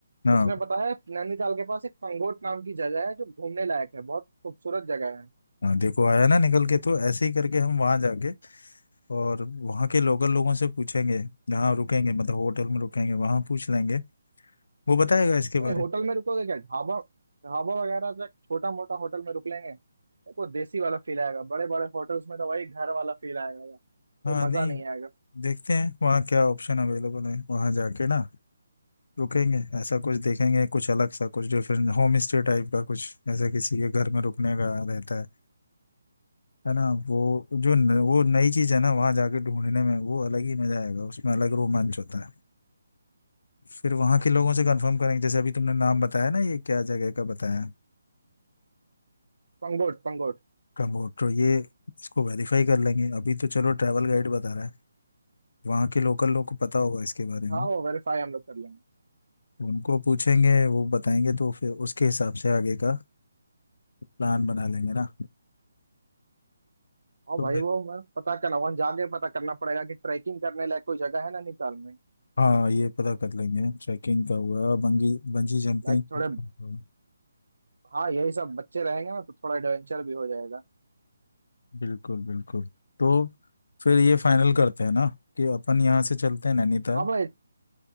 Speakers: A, on the left (about 65°); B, on the right (about 85°).
A: ना
B: उसने बताया नैनीताल के पास एक पंगोट नाम की जगह है जो घूमने लायक है बहुत खूबसूरत जगह है
A: हाँ, देखो आया ना निकल के तो ऐसे ही करके हम वहां जाके और वहां के लोकल लोगों से पूछेंगे जहाँ रुकेंगे मतलब होटल में रुकेंगे वहां पूछ लेंगे वो बताएगा इसके बारे
B: भाई होटल में रुकोगे क्या ढाबा ढाबा वगैरह तो छोटा मोटा होटल में रुक लेंगे देखो देसी वाला फील आएगा बड़े बड़े होटल्स में तो वही घर वाला फील आएगा यार कोई
A: हाँ
B: मजा
A: नहीं
B: नहीं आएगा
A: देखते हैं वहाँ क्या ऑप्शन अवेलेबल है वहां जाके ना रुकेंगे ऐसा कुछ देखेंगे कुछ अलग सा कुछ डिफरेंट होम स्टे टाइप का कुछ ऐसा किसी के घर में रुकने का रहता है है ना वो जो न, वो नई चीज़ है ना वहाँ जाके ढूंढने में वो अलग ही मजा आएगा उसमें अलग रोमांच होता है फिर वहाँ के लोगों से कंफर्म करेंगे जैसे अभी तुमने नाम बताया ना ये क्या जगह का बताया
B: पंगोट पंगोट
A: कम्बोड तो ये इसको वेरीफाई कर लेंगे अभी तो चलो ट्रैवल गाइड बता रहा है वहाँ के लोकल लोग को पता होगा इसके बारे
B: हाँ
A: में
B: वो वेरीफाई हम लोग कर लेंगे
A: उनको पूछेंगे वो बताएंगे तो फिर उसके हिसाब से आगे का प्लान बना लेंगे ना
B: और
A: तो
B: भाई वो मैं पता करना वहां जाके पता करना पड़ेगा कि ट्रैकिंग करने लायक कोई जगह है ना नैनीताल में
A: हाँ ये पता कर लेंगे ट्रैकिंग का हुआ बंगी बंजी जंपिंग
B: लाइक थोड़े
A: का हुआ।
B: हाँ यही सब बच्चे रहेंगे ना तो थोड़ा एडवेंचर भी हो जाएगा
A: बिल्कुल बिल्कुल तो फिर ये फाइनल करते हैं ना कि अपन यहाँ से चलते हैं नैनीताल
B: हाँ भाई